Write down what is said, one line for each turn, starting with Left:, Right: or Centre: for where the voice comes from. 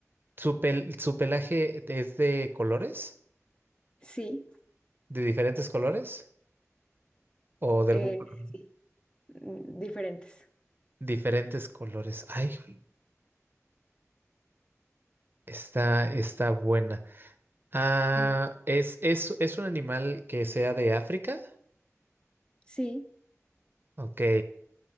Right: Su pel- su pelaje es de colores?
Left: Sí,
Right: ¿De diferentes colores? ¿O de
Left: eh,
Right: algún color?
Left: sí, mm, diferentes.
Right: Diferentes colores. Ay, güey, está, está buena. Ah,
Left: Mm,
Right: ¿es, es, es un animal que sea de África?
Left: Sí,
Right: Ok.